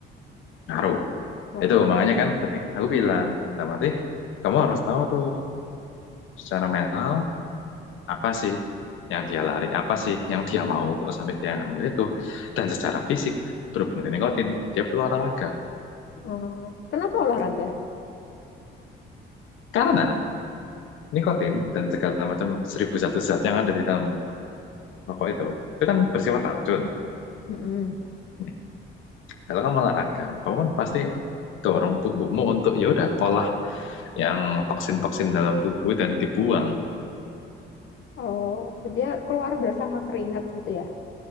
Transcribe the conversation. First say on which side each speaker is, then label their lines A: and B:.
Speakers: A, on the left; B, on the left.
A: Ngaruh.
B: Ngaruh.
A: Itu
B: ya?
A: makanya kan tadi aku bilang, sama kamu harus tahu tuh secara mental apa sih yang dia lari, apa sih yang dia mau kok sampai dia ngambil itu. Dan secara fisik, berhubung dengan nikotin, dia perlu olahraga.
B: Oh, kenapa olahraga?
A: Karena nikotin dan segala macam seribu satu zat yang ada di dalam rokok itu, itu kan bersifat racun.
B: Mm-mm.
A: Nah, Kalau kamu olahraga, kamu kan pasti dorong tubuhmu untuk ya udah olah yang toksin-toksin dalam tubuh dan dibuang.
B: Oh, dia keluar bersama keringat gitu ya?